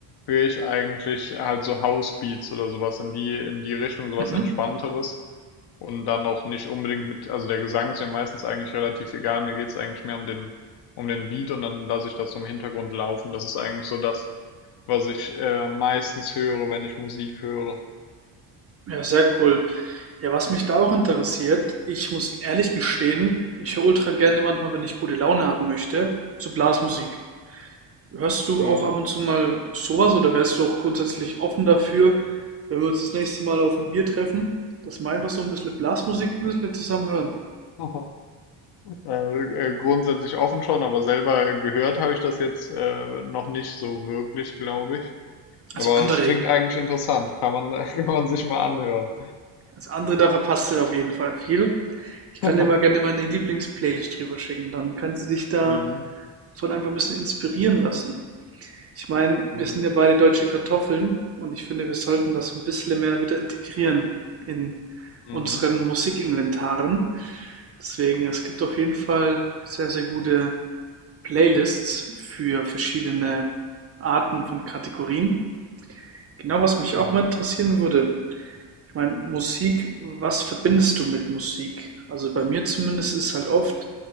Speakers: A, on the left (about 55°); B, on the right (about 30°).
A: höre ich eigentlich halt so Housebeats oder sowas in die, in die Richtung, sowas
B: Mhm.
A: Entspannteres. Und dann auch nicht unbedingt mit, also der Gesang ist mir meistens eigentlich relativ egal. Mir geht's eigentlich mehr um den, um den Beat und dann lasse ich das so im Hintergrund laufen. Das ist eigentlich so das, was ich äh, meistens höre, wenn ich Musik höre.
B: Ja, sehr cool. Ja, was mich da auch interessiert, ich muss ehrlich gestehen, ich höre ultra gerne manchmal, wenn ich gute Laune haben möchte, so Blasmusik. Hörst du
A: Mhm.
B: auch ab und zu mal sowas oder wärst du auch grundsätzlich offen dafür, wenn wir uns das nächste Mal auf ein Bier treffen, dass wir einfach so ein bisschen Blasmusik ein bisschen zusammen hören?
A: <laughs> Äh, äh, grundsätzlich offen schon, aber selber gehört habe ich das jetzt äh, noch nicht so wirklich, glaube ich.
B: Also
A: Aber
B: André,
A: es klingt eigentlich interessant. Kann man, <laughs> kann man sich mal anhören.
B: also André, da verpasst du auf jeden Fall viel. Ich kann
A: <laughs>
B: dir mal gerne meine Lieblingsplaylist drüber schicken, dann kannst du dich davon
A: Mhm.
B: einfach ein bisschen inspirieren lassen. Ich meine, wir
A: Mhm.
B: sind ja beide deutsche Kartoffeln und ich finde, wir sollten das ein bisschen mehr wieder integrieren in
A: Mhm.
B: unseren Musikinventaren. Deswegen, es gibt auf jeden Fall sehr, sehr gute Playlists für verschiedene Arten von Kategorien. Genau, was mich
A: Mhm.
B: auch mal interessieren würde. Ich meine, Musik, was verbindest du mit Musik? Also bei mir zumindest ist halt oft